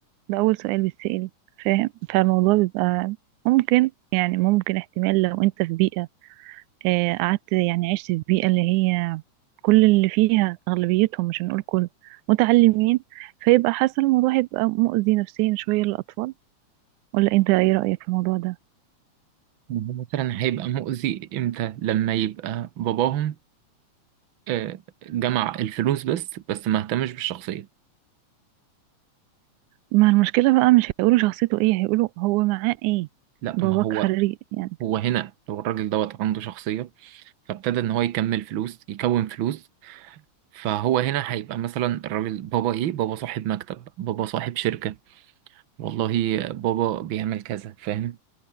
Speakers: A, on the right (about 80°); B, on the right (about 60°).
A: ده أول سؤال بيتسأل فاهم فالموضوع بيبقى ممكن يعني ممكن احتمال لو انت في بيئة آه، قعدت يعني عشت في بيئة اللي هي كل اللي فيها أغلبيتهم مش هنقول كل متعلمين فيبقى حاسة الموضوع هيبقى مؤذي نفسيا شوية للأطفال ولا انت ايه رأيك في الموضوع ده
B: هو مثلا هيبقى مؤذي امتى لما يبقى باباهم آه، جمع الفلوس بس بس ما اهتمش بالشخصية
A: ما المشكلة بقى مش هيقولوا شخصيته ايه هيقولوا هو معاه ايه
B: لا
A: باباك
B: ما هو
A: خريج يعني
B: هو هنا لو الراجل دوت عنده شخصية فابتدى ان هو يكمل فلوس يكون فلوس فهو هنا هيبقى مثلا الراجل بابا ايه بابا صاحب مكتب بابا صاحب شركة والله بابا بيعمل كذا فاهم